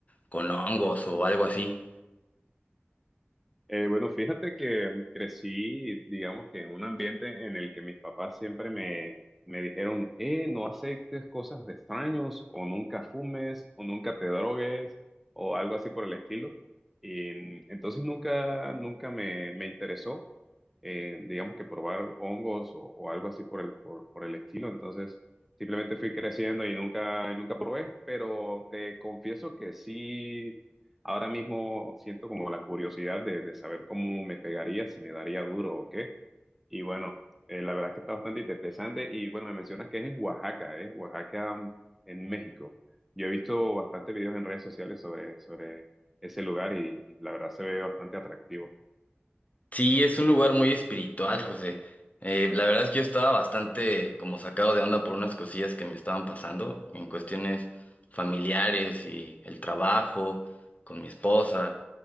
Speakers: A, on the left; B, in the centre.
A: con hongos o algo así.
B: Eh, bueno, fíjate que crecí, digamos que en un ambiente en el que mis papás siempre me, me dijeron, eh, no aceptes cosas de extraños, o nunca fumes, o nunca te drogues, o algo así por el estilo. Y mm, entonces nunca, nunca me, me interesó, eh, digamos que probar hongos o, o algo así por el, por, por el estilo. Entonces simplemente fui creciendo y nunca, y nunca probé, pero te confieso que sí. Ahora mismo siento como la curiosidad de, de saber cómo me pegaría, si me daría duro o qué. Y bueno, eh, la verdad es que está bastante interesante. Y bueno, me mencionas que es en Oaxaca, ¿eh? Oaxaca, mm, en México. Yo he visto bastantes videos en redes sociales sobre, sobre ese lugar y, y la verdad se ve bastante atractivo.
A: Sí, es un lugar muy espiritual, José. Eh, la verdad es que yo estaba bastante como sacado de onda por unas cosillas que me estaban pasando en cuestiones familiares y el trabajo, con mi esposa,